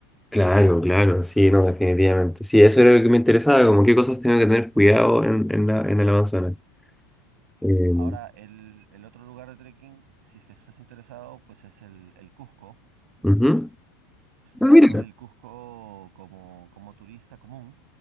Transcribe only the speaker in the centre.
Claro, claro, sí, no, definitivamente. Sí, eso era lo que me interesaba, como qué cosas tengo que tener cuidado en, en la, en el Amazonas. Eh,
ujú. Ah,
mira,